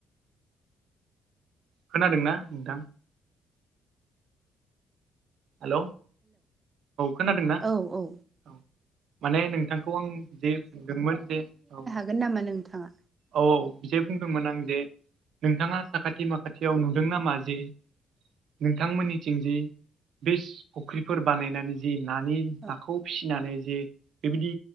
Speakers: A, on the right; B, on the right.
A: खोनादोंना नोंथां? हेल औ खोनादों ना
B: औ औ
A: औ माने नोंथांखौ आं जे सोंदोंमोन जे औ
B: गोन नामा नोंथाङा?
A: औ औ जे बुंदोंमोन आं जे नोंथाङा साखाथि माखाथियाव नुदों नामा जे नोंथांमोननिथिंजे बेस फुख्रिफोर बानायनानै जि नानि
B: औ
A: नाखौ फिसिनानै जे बेबायदि